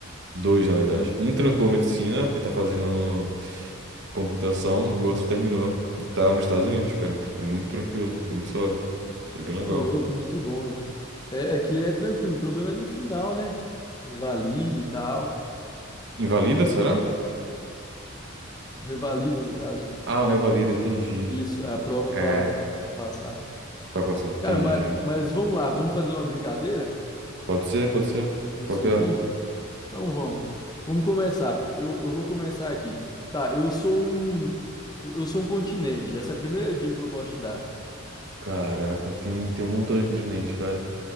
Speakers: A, on the right (about 60°); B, on the left (about 20°).
A: Dois, na verdade. Um trancou medicina e tá fazendo computação e o outro terminou. E Tá nos Estados Unidos, cara. É muito tranquilo, é muito suave. É bem
B: Ô,
A: legal.
B: louco, muito bom, velho. É, aqui é tranquilo. O problema é no final, né? Revalida e tal.
A: Invalida, será?
B: O revalida, no caso.
A: Ah, revalida, entendi.
B: Isso, é a prova
A: É,
B: pra, pra passar.
A: pra passar, entendi.
B: Cara, mas, mas vamos lá, vamos fazer uma brincadeira?
A: Pode ser, pode ser.
B: Eu
A: Qual
B: sei
A: que é?
B: aqui. Então vamos. Vamos começar. Eu, eu vou começar aqui. Tá, eu sou um. Eu sou um continente. Essa é a primeira dica que eu posso te dar.
A: Caraca, tem, tem um montão de continentes, cara.